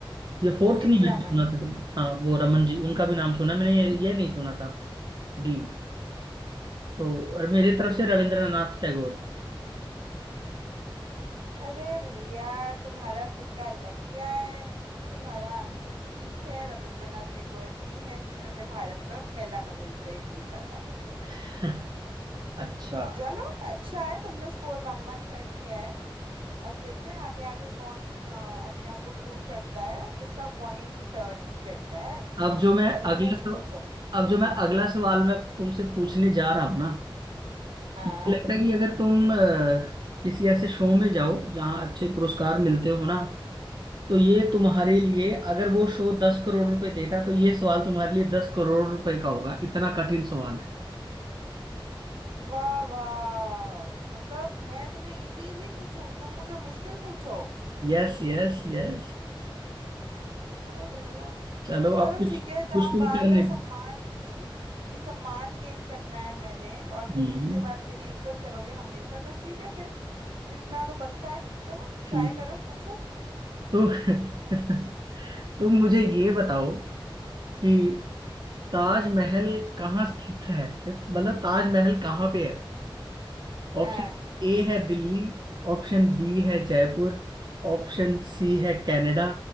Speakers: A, on the right; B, on the right.
A: ये फोर्थ
B: सीवी
A: नहीं मैंने
B: रमन
A: सुना था हाँ वो रमन जी उनका भी नाम सुना है, मैंने ये ये नहीं सुना था डी तो और मेरी तरफ से रविंद्रनाथ टैगोर
B: अरे भैया तुम्हारा तुक्का लग गया है तुम्हारा आंसर ठीक है रविंद्रनाथ टैगोर ही हैं जिन्होंने भारत का पहला नोबेल प्राइज जीता था
A: <laughs> अच्छा
B: चलो अच्छा है तुमने स्कोर वन वन कर लिया है अब देखते हैं आगे आगे कौन अ, अपने आप को प्रूव करता है और किसका पॉइंट ठीक बैठता है
A: अब जो मैं
B: चलो
A: अगला
B: नेक्स्ट
A: सवाल
B: पूछो
A: अब जो मैं अगला सवाल मैं तुमसे पूछने जा रहा हूँ ना
B: हाँ
A: मुझे लगता है कि अगर तुम अ, किसी ऐसे शो में जाओ जहाँ अच्छे पुरस्कार मिलते हो ना तो ये तुम्हारे लिए अगर वो शो दस करोड़ रुपए देता तो ये सवाल तुम्हारे लिए दस करोड़ रुपए का होगा इतना कठिन सवाल है
B: वाह वाह मतलब मैं तुम्हें इजी इजी पूछूं तुम मुझे मुश्किल पूछो
A: Yes yes yes
B: अरे भैया
A: चलो
B: चलो
A: अब कुछ
B: ठीक है जहां
A: कुछ तुम
B: बात
A: कर
B: है
A: ले
B: सम्मान की कि सम्मान गेन करना है मैंने और तुम
A: हम्म,
B: इसके बाद मेरी इज्जत करोगे हमेशा तो ठीक है फिर इतना तो बनता है चलो ट्राई
A: ठीक
B: करो पूछो
A: तो <laughs> तुम मुझे ये बताओ कि ताजमहल कहाँ स्थित है मतलब ताजमहल कहाँ पे है
B: हाँ
A: ऑप्शन ए है दिल्ली ऑप्शन बी है जयपुर ऑप्शन सी है कनाडा